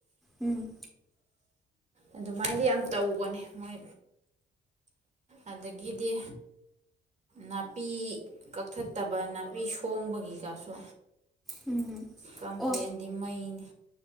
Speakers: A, in the centre; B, on the right.
A: ꯎꯝ꯫
B: ꯑꯗꯨꯃꯥꯏꯅꯗꯤ ꯌꯥꯝ ꯇꯧꯕꯅꯦ ꯃꯣꯏ ꯑꯗꯒꯤꯗꯤ ꯅꯥꯄꯤ ꯀꯛꯊꯠꯇꯕ ꯅꯥꯄꯤ ꯁꯣꯡꯕꯒꯤ ꯀꯥꯏꯁꯨ꯫
A: ꯎꯝ
B: ꯀꯝꯄ꯭ꯂꯦꯟꯗꯤ
A: ꯑꯣ
B: ꯃꯩꯅꯤ꯫